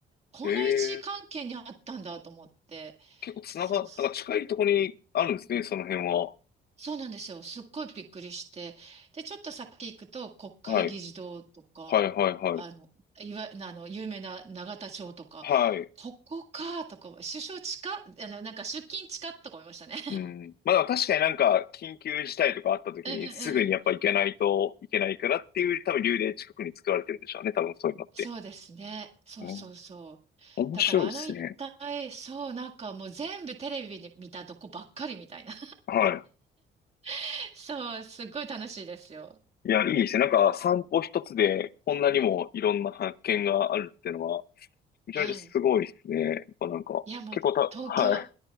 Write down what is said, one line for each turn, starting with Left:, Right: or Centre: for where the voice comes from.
Right: この位置関係にあったんだと思って、
Left: ええ結構つなが、
Right: そう
Left: なんか近いところにあるんですね、その辺は。
Right: そうなんですよ。すっごいびっくりして。で、ちょっと先行くと、国会議事堂とか、
Left: はい、はい、はい、はい。
Right: あの、いわ、あの、有名な永田町とか、
Left: はい。
Right: ここか、とか、首相近っ、あの、なんか出勤近っとか思いましたね。
Left: うん。まあでも確かになんか緊急事態とかあった時にすぐにやっぱ行けないといけないからっていう多分理由で近くに作られてるんでしょうね、
Right: <laughs> うんうん。
Left: 多分そういうのって。
Right: そうですね。そうそうそう。
Left: うん面白いですね。
Right: だからあの一帯、そう、なんかもう全部テレビに見たとこばっかりみたいな。
Left: はい。
Right: <laughs> そう、すっごい楽しいですよ。
Left: いや、いいですね。なんか散歩一つでこんなにもいろんな発見があるっていうのは、めちゃめちゃすごいですね。
Right: はい。
Left: やっぱなんか、
Right: いや、もう東京、
Left: 結構た、はい。